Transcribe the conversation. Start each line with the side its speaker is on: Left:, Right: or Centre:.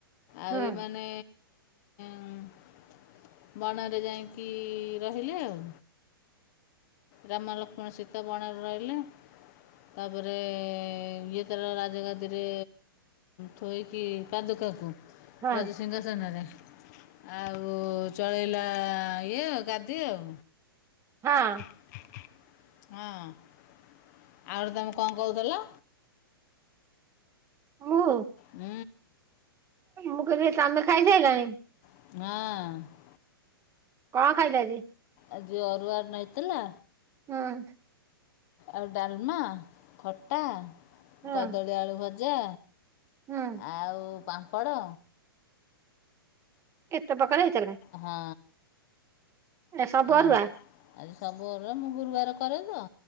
Left: ଆଉ
Right: ହୁଁ
Left: ଏମାନେ ହୁଁ, ବଣରେ ଯାଇକି ରହିଲେ ଆଉ। ରାମ, ଲକ୍ଷ୍ମଣ, ସୀତା ବଣରେ ରହିଲେ। ତାପରେ ଇଏ ତାର ରାଜଗାଦିରେ ଥୋଇକି ପାଦୁକାକୁ
Right: ହଁ
Left: ରାଜସିଂହାସନରେ ଆଉ ଚଳେଇଲା ଇଏ ଆଉ ଗାଦି ଆଉ।
Right: ହଁ
Left: ହଁ ଆଉରି ତମେ କଣ କହୁଥିଲ?
Right: ମୁଁ।
Left: ହୁଁ
Right: ମୁଁ କହିଲି ତମେ ଖାଇ ସାଇଲଣି?
Left: ହଁ
Right: କଣ ଖାଇଲ ଆଜି?
Left: ଆଜିି ଅରୁଆ ଅନ୍ନ ହେଇଥିଲା।
Right: ହୁଁ।
Left: ଆଉ ଡାଲମା, ଖଟା,
Right: ହୁଁ
Left: କଦଳୀଆଳୁଭଜା
Right: ହୁଁ
Left: ଆଉ ପାମ୍ପଡ଼
Right: କେତେ ପକାରେ ହେଇଥିଲେ।
Left: ହଁ
Right: ସବୁ
Left: ଅ ଆରେ
Right: ଅରୁଆ
Left: ସବୁଅରେ ମୁଁ ଗୁରୁବାର କରେ ତ